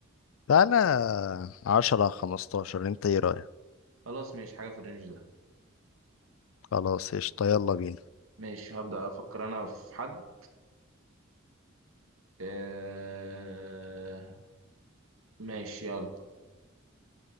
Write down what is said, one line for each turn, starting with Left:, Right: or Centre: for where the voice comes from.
Left: تعالى عشرة خمستاشر انت ايه رأيك
Right: خلاص ماشي حاجة في الرينج ده
Left: خلاص قشطة يلا بينا
Right: ماشي هبدأ افكر انا في حد آه... ماشي يلا